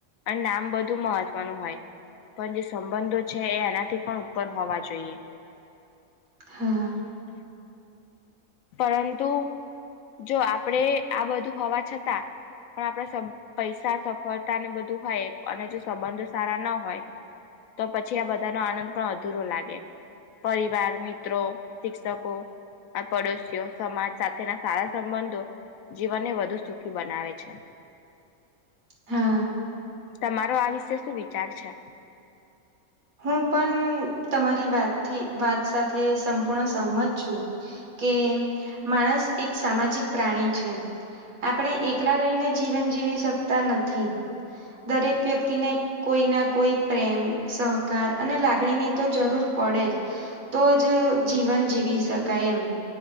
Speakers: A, on the left; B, on the right.
A: અને નામ બધું મહત્વનું હોય. પણ જે સંબંધો છે, એ એનાથી પણ ઉપર હોવા જોઈએ.
B: હા.
A: પરંતુ, જો આપણેે આ બધું હોવા છતાં. પણ આપણા સબ પૈસા સફળતા ને બધું હોય અને જો સંબંધ સારા ના હોય. તો પછી આ બધાનો આનંદ પણ અધૂરો લાગે. પરિવાર મિત્રો શિક્ષકો. આ પડોશીઓ સમાજ સાથેના સારા સંબંધો જીવનને વધુ સુખી બનાવે છે.
B: હા.
A: તમારો આ વિશે શું વિચાર છે.
B: હું પણ તમારી વાતથી વાત સાથે સંપૂર્ણ સંહમત છું. કે માણસ એક સામાજિક પ્રાણી છે, આપણે એકલા રહીને. જીવન જીવી શકતા નથી. દરેક વ્યક્તિને કોઈ ના કોઈ પ્રેમ સ. સહકાર અને લાગણીની તો જરૂર પડે જ. તો જ જીવન જીવી શકાય એમ.